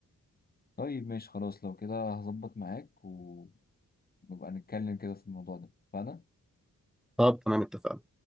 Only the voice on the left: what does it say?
طيب ماشي خلاص لو كده هظبط معاك ونبقى نتكلم كده في الموضوع ده اتفقنا